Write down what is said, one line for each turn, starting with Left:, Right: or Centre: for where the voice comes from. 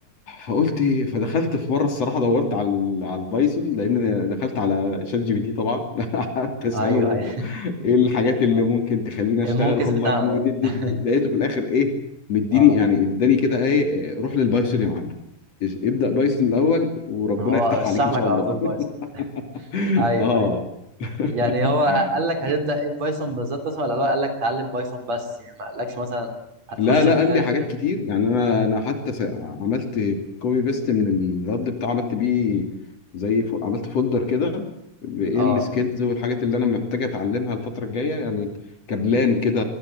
Left: فقلت فدخلت في مره الصراحه دورت على ال- على البايثون لان أنا دخلت على شات جي بي تي طبعا <laughs> قعدت اساله
Right: ايوه ايوه
Left: ايه الحاجات
Right: <laughs> اه
Left: اللي ممكن تخليني اشتغل
Right: المنكس
Left: اونلاين
Right: بتاعنا
Left: ودي
Right: ده
Left: دي
Right: <laughs>
Left: دي. لقيته في الاخر ايه مديني
Right: اه
Left: يعني اداني كده ايه إيه، روح للبايثون يا معلم إيش- ابدا بايثون الاول وربنا
Right: هو
Left: يفتح
Right: رشح
Left: عليك ان
Right: لك
Left: شاء
Right: على
Left: الله
Right: طول بايثون
Left: <laughs>
Right: ايوه
Left: اه
Right: ايوه
Left: <laughs>
Right: يعني هو قال لك هتبدا ايه بايثون بالظبط اصلا ولا هو قال لك اتعلم بايثون بس يعني ما قالكش مثلا هتخش
Left: لا لا
Right: في مجال
Left: قال لي حاجات
Right: كذا
Left: كتير
Right: كذا
Left: يعني انا انا حتى س- عملت كوبي بيست من الرد بتاعه عملت بيه زي ف... عملت فولدر كده بايه
Right: اه
Left: السكيلز والحاجات اللي انا محتاج اتعلمها الفتره الجايه يعني كبلان كده